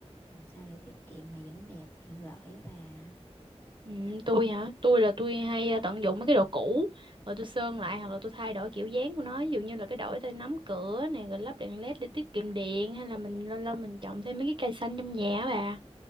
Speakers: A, on the left; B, on the right.
A: làm sao để tiết kiệm mà vẫn đẹp tiện lợi á bà
B: Ừ, tôi hả? Tôi là tôi hay à, tận dụng mấy cái đồ cũ rồi tôi sơn lại hoặc là tôi thay đổi kiểu dáng của nó, ví dụ như là cái đổi tay nắm cửa này rồi lắp đèn led để tiết kiệm điện hay là mình lâu lâu mình trồng thêm mấy cái cây xanh trong nhà á bà.